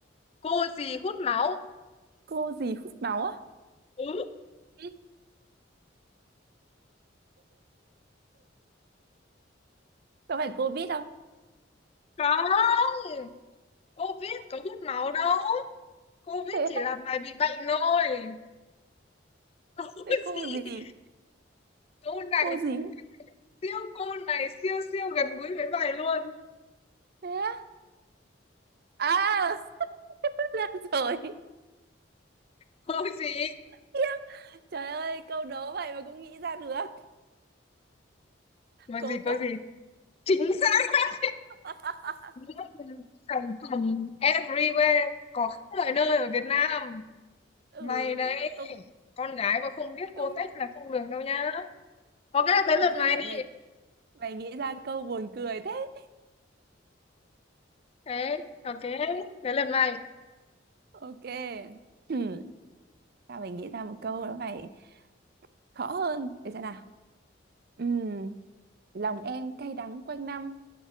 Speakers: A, on the left; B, on the right.
A: Cô gì hút máu?
B: cô gì hút máu á?
A: Ừ,
B: Vít. Có phải covid Vít không?
A: không. Cô biết có hút máu đâu. Cô biết
B: Thế
A: chỉ
B: á,
A: là mày bị bệnh thôi. <laughs>
B: thế cô
A: gì
B: gì?
A: câu này
B: Cô gì?
A: siêu cô này siêu siêu gần gũi với bài luôn
B: Thế á? À, <laughs> ra rồi.
A: có gì
B: Khiếp. Trời ơi, câu đố vậy mà cũng nghĩ ra được.
A: có
B: Cô
A: gì
B: Tách.
A: có gì chính xác
B: <laughs>
A: <laughs> sản phẩm everywhere có khắp mọi nơi ở Việt Nam
B: Ừ,
A: mày đấy
B: mà công
A: con gái mà không biết cô
B: công
A: tách là không được đâu nhá ok tới lượt
B: công
A: mày
B: nhận
A: đi
B: mày mày nghĩ ra câu buồn cười thế.
A: thế ok tới lượt mày
B: Ok. <clears throat> Sao mày nghĩ ra một câu nó phải khó hơn để xem nào Ừm, lòng em cay đắng quanh năm